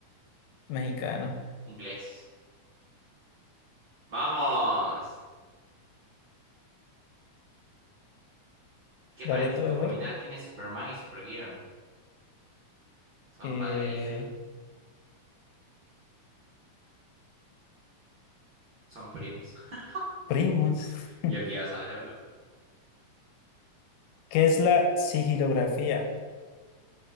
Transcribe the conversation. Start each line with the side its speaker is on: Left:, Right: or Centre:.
Left: mexicano.
Right: Inglés. ¡Vamos! ¿Qué
Left: Dale
Right: parentesco
Left: tú a ver.
Right: familiar tiene Superman y Supergirl? Son
Left: Eh,
Right: padre e hija. Son primos. <laughs>
Left: primos.
Right: Yo que iba a saberlo.
Left: ¿Qué es la sigilografía?